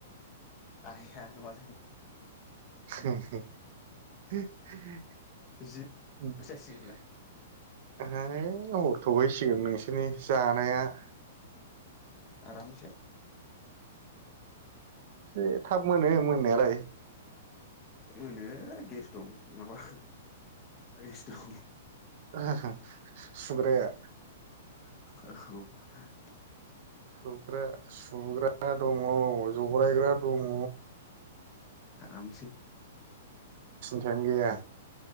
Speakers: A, on the left; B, on the right.
A: आइ आ न ब
B: <inaudible> हय हरथबायसो
A: जि जासिगोनलाय
B: मिगोन नोंसोरनि जानाया
A: आरामसेै
B: एसे थाब मोनो मोननायालाय
A: मोनो गेस दं माबा गेस दं
B: आंहा सुग्राया
A: औ
B: सुग्रा सुग्रा दङ जरायग्रा दङ
A: आमसे
B: कारेन गैया।